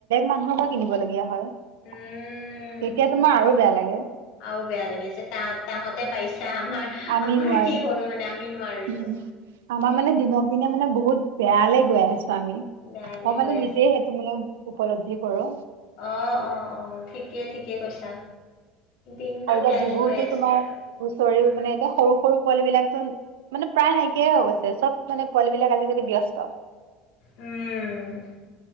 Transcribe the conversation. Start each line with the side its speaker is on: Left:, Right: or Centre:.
Right: মানুহৰ পৰা কিনিব লগগীয়া হয়।
Left: উম
Right: তেতিয়া তোমাৰ আৰু বেয়া লাগে।
Left: আৰু বেয়া যে তাহ-তাহঁতে পাইছে তা-আমাৰ
Right: আমি
Left: আমাৰ
Right: নোৱাৰিম
Left: কি হ'ল মানে আমি নোৱাৰিলো।
Right: উম আমাৰ
Left: এ
Right: মানে দিনক দিনে মানে বহুত বেয়ালে গৈ আছ আমি,
Left: বেয়ালৈ
Right: মই মানে
Left: গৈ
Right: নিজে
Left: আছে।
Right: সেইটো মানে উপলদ্ধি কৰো।
Left: অ', অ', অ', ঠিকেই-ঠিকেই কৈছা। দিনকাল
Right: আৰু এতিয়া
Left: বেয়ালৈ
Right: বিহুতো
Left: গৈ আছে
Right: তোমাৰ
Left: আৰু।
Right: হুচৰিও
Left: উম,
Right: মানে এতিয়া সৰু সৰু পোৱালি বিলাক মানে প্ৰায় নাইকিয়াই হৈ গৈছে, চব মানে পোৱালি বিলাক আজিকালি ব্যস্ত
Left: উম